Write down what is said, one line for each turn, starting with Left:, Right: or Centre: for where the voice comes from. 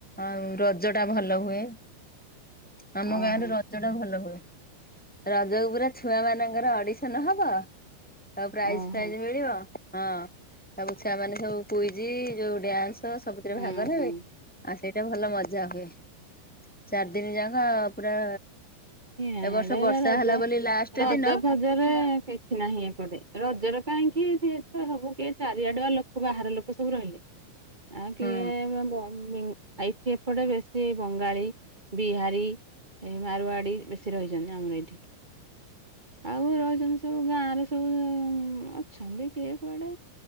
Centre: ଆଉ ରଜ ଟା ଭଲ ହୁଏ।
Right: <inaudible>
Centre: ଆମ
Right: ଓହୋ
Centre: ଗାଁରେ ରଜ ଟା ଭଲ ହୁଏ। ରଜକୁ ପୁରା ଛୁଆ ମାନଙ୍କର ଅଡିଶ୍ ଥନ ହବ ଆଉ ପ୍ରାଇଜ୍
Right: ଓହୋ
Centre: ଫ୍ରାଇଜ୍ ମିଳିବ। ହଁ ତବୁ ଛୁଆ ମାନେ ସବୁ କୁଇଜି ଯୋଉ ଡ୍ୟାନ୍ସ ସବୁଥିରେ
Right: ହୁଁ
Centre: ଭାଗ ନେବେ।
Right: ହୁଁ।
Centre: ଆ ସେଇଟା ଭଲ ମଜା ହୁଏ ଚାରି ଦିନି ଯାକ ଅ ପୁରା
Right: ଏଁଡେ
Centre: ଏ ବର୍ଷ ବର୍ଷା
Right: ଏରା ରଜ
Centre: ହେଲା ବୋଲି ଲାଷ୍ଟ
Right: ରଜ
Centre: ଦିନ
Right: <unintelligible> ରଜରେ କିଛି ନାହିଁ ଏପଟେ ରଜର କାଇଁକି <unintelligible> ସବୁ କିଏ ଚାରି ଆଡୁଆ ଲୋ କୋ ବାହାର ଲୋକ ସବୁ ରହିଲେ ଆଉ କିଏ
Centre: ହଁ
Right: <unintelligible> ଏଇଠି ଏପଟେ ବେଶ୍ ତି ବଙ୍ଗାଳୀ ବିହାରୀ ଏଁ ମାରୱାଡ଼ି ବେଶୀ ରହିଚନ୍ତି ଆମର ଏଠି। ଆଉ ରହିଚନ୍ତି ସବୁ ଗାଁରେ ସବୁ ଉଁ <unintelligible> ଅଛନ୍ତି କିଏ କୁଆଡେ।